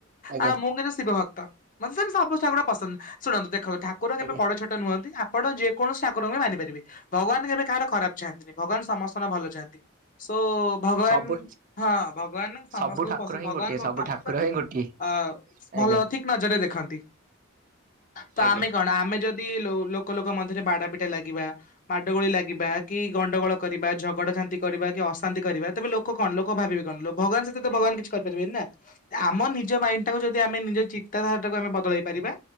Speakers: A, on the right; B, on the left.
A: ଆଜ୍ଞା
B: ଆ ମୁ କିନ୍ତୁ ଶିବ ଭକ୍ତ। ମତେ ସେମେ ସଵୁ ପସନ୍ଦ ଶୁଣନ୍ତୁ ଦେଖ ତ ଠାକୁର କେବେ
A: ଆଜ୍ଞା
B: ବଡ ଛୋଟ ନୁହନ୍ତି ଆ ଆପଣ ଯେକୌଣସି ଠାକୁରଙ୍କୁ ବି ମାନିପାରିବେ। ଭଗବାନ କେବେ କାହାର ଖରାପ ଚାହାଆନ୍ତିନି। ଭଗବାନ ସମସ୍ତଙ୍କ ଭଲ ଚାହାନ୍ତି। ସୋ-ଓ ଭଗବାନ
A: ସବୁ
B: ହଁ ଭଗବାନ ସମସ୍ତଙ୍କୁ
A: ସବୁ ଠାକୁର
B: ପଶୁ
A: ହିଁ
B: ଭଗବାନ
A: ଗୋଟିଏ
B: <unintelligible>
A: ସବୁ
B: ସମସ୍ତଙ୍କୁ
A: ଠାକୁର ହିଁ ଗୋଟିଏ
B: ଅ ଭଲ
A: ଆଜ୍ଞା
B: ଠିକ ନଜରରେ ଦେଖନ୍ତି। ତ
A: ଆଜ୍ଞା
B: ଆମେ କଣ ଆମେ ଯଦି ଲୋ ଲୋକ ଲୋକ ମଧ୍ୟରେ ବାଡା ପିଟା ଲାଗିବା, ମାଡ଼ଗୋଳି ଲାଗିବା, କି ଗଣ୍ଡଗୋଳ କରିବା, ଝଗଡାଝାନ୍ତି କରିବା, କି ଅଶାନ୍ତି କରିବା ତେବେ ଲୋକ କଣ ଲୋକ ଭାବିବେ କଣ ଭଗବାନ ସହିତ ଭଗବାନ କିଛି କରିପାରିବେନି ନା। ଆମ ନିଜ ମାଇଣ୍ଡ ଟାକୁ ଯଦି ଆମେ ନିଜ ଚିନ୍ତାଧାରା ଟାକୁ ଆମେ ବଦଳେଇ ପାରିବା